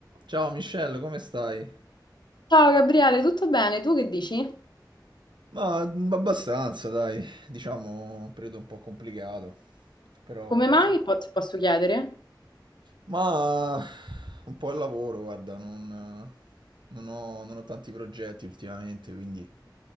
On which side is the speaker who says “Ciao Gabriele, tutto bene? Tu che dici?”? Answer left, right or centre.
Left